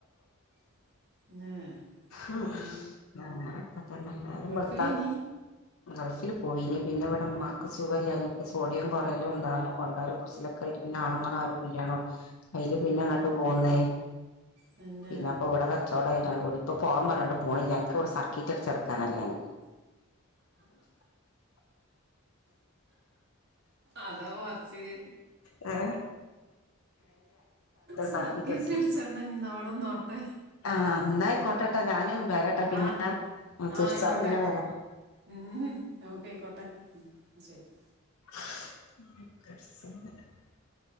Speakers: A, on the right; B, on the left.
A: <unintelligible>
B: ഹമ്
A: ഏ,
B: അങ്ങനെയൊകെത്തന്നെ നേരംവെള്ത
A: ഗൾഫിലേ നീ
B: ഗൾഫിൽ പോയിനി പിന്നെ ഇവിടെ മാക്ക് സുഖമല്ലങ്ങക്ക് സോഡിയം കൊറെേലും ന്താകലും കൊണ്ടാലും പുടിച്ചാലോകെ ആയിട്ട് പിന്നെ ആണുങ്ങ ആരുഇല്യാണു അയിൽ
A: ആ
B: പിന്നെ ഇങ്ങട്ട് പോന്നേ
A: തന്നെ
B: പിന്നെ അപ്പൊ ഇവിടെ കച്ചവട <unintelligible> ഇപ്പോ പോവാൻ പറഞ്ഞിട്ട് പോണില്ല എനിക്കിവിടെ സർക്കിറ്റ് അടി കാണാറില്ല്യാന്ന്
A: അതാ പറിച്ചില്
B: ആ
A: സർക്കിറ്റ്
B: സർക്കിട്ട് അടിച്ചണം
A: അടിച്ചോണ്ട് ഇഞ്ഞിന്ന അവിടന്നോട്ടെ
B: ആ ഇന്നായികോട്ടേട്ടോ ഞാനിപ്പം വരട്ട പിന്നെ
A: ആ ആ
B: ചിരിച്ചൻ
A: ആയിക്കോട്ടെ
B: പിന്നെ വരാം
A: ഉം നമുക്കായിക്കോട്ടെ ഉം ശരി
B: <unintelligible>